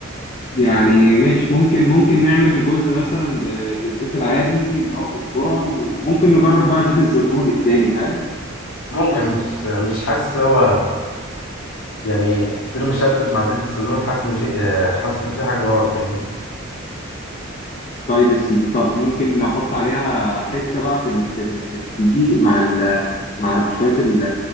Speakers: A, on the left; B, on the left.
A: يعني ماشي ممكن ممكن نعمل جزء مثلا ب- بالزيت العادي اللي هو بالذرة وممكن نجرب بقى زيت الزيتون التاني فاهم
B: ممكن
A: بس
B: بس مش حاسس لو هو يعني فطير مشلتت مع زيت الزيتون حاسس إن في آه، حاسس إن في حاجة غلط فاهمني
A: طيب يا سيدي طب ممكن نحط عليها حتة بقى في ال في ال- الدقيق مع ال مع ال- شوية ال-